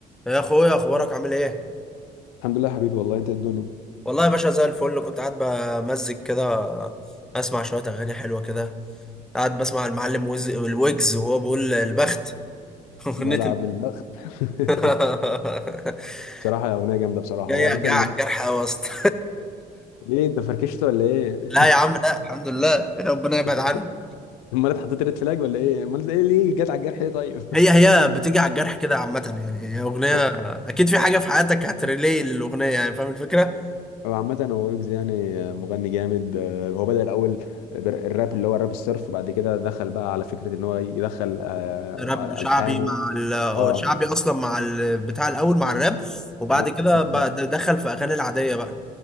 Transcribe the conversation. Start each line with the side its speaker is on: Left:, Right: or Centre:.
Centre: يا اخويا اخبارك عامل ايه
Left: الحمد لله يا حبيبي والله انت إيه الدنيا
Centre: والله يا باشا زي الفل كنت قاعد بمزج كده اسمع شويه اغاني حلوه كده قاعد بسمع المعلم وز... الويجز وهو بيقول البخت <laughs> اغنيه
Left: ملعب
Centre: البخت
Left: البخت
Centre: <laughs>
Left: <laughs> بصراحه اغنيه جامده بصراحه
Centre: جاي
Left: هو عامه
Centre: جاي على الجرح قوي يا اسطى
Left: ليه انت فركشت ولا ايه
Centre: <laughs> لا يا عم لا الحمد لله ربنا يبعد
Left: <laughs>
Centre: عني
Left: امال انت حطيت ريد فلاج ولا ايه امال ايه ليه جت على الجرح ليه طيب
Centre: هي هي
Left: <laughs>
Centre: بتيجي على الجرح كده عامه يعني هي اغنيه
Left: هو
Centre: اكيد في حاجه في حياتك هتريلي للاغنيه يعني فاهم الفكره
Left: هو عامه هو ويجز يعني مغني جامد آه، هو بدأ الاول بر- الراب اللي هو الراب الصرف وبعد كده دخل بقى على فكره ان هو يدخل آه،
Centre: راب وشعبي
Left: الحان
Centre: مع
Left: و...
Centre: ال هو
Left: اه
Centre: شعبي اصلا مع ال بتاع الاول مع الراب وبعد
Left: ما-
Centre: كده
Left: بالظبط
Centre: بقى د- دخل في اغاني العاديه بقى